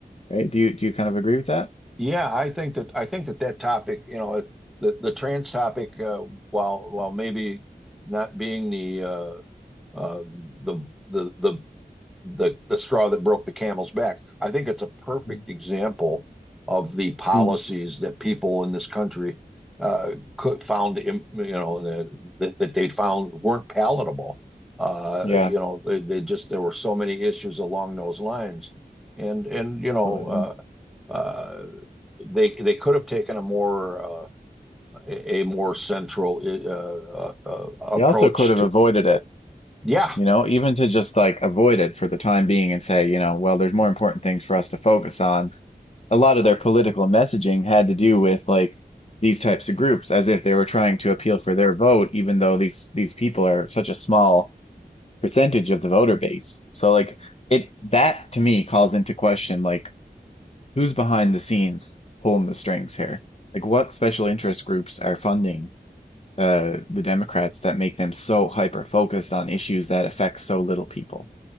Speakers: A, on the left; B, in the centre.
A: right? Do you do you kind of agree with that?
B: Yeah, I think that I think that that topic, you know, the the trans topic, uh, while while maybe not being the uh, uh, the the the the the straw that broke the camel's back, I think it's a perfect
A: Mm.
B: example of the policies
A: Hmm.
B: that people in this country uh, could found, im- you know, that that they found weren't palatable. Uh,
A: Yeah,
B: you know, they, they just there were so many issues along those lines, and and you know.
A: absolutely.
B: Uh, uh, they they could have taken a more uh, a more central uh, uh, uh, approach
A: They also could have
B: to.
A: avoided it,
B: Yeah,
A: you know, even to just like avoid it for the time being and say, you know, well, there's more important things for us to focus on. a lot of their political messaging had to do with like these types of groups as if they were trying to appeal for their vote, even though these these people are such a small percentage of the voter base. So like it that to me calls into question like who's behind the scenes pulling the strings here? Like what special interest groups are funding uh the Democrats that make them so hyper focused on issues that affect so little people?